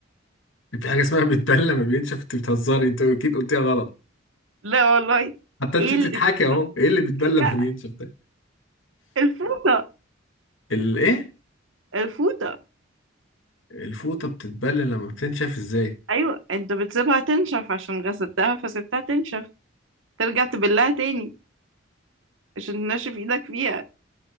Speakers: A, on the left; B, on the right.
A: في حاجه اسمها بتبلى ما بينشف انت بتهزري انت اكيد قلتيها غلط
B: لا والله
A: حتى انت
B: ايه
A: بتضحكي
B: اللي بيتبل
A: اهو ايه اللي بيتبلى
B: لا
A: ما بينشف ده
B: الفوطة
A: الايه
B: الفوطة
A: الفوطه بتتبلى لما بتنشف ازاي
B: ايوه انت بتسيبها تنشف عشان غسلتها فسبتها تنشف ترجع تبلها تاني عشان تنشف ايدك فيها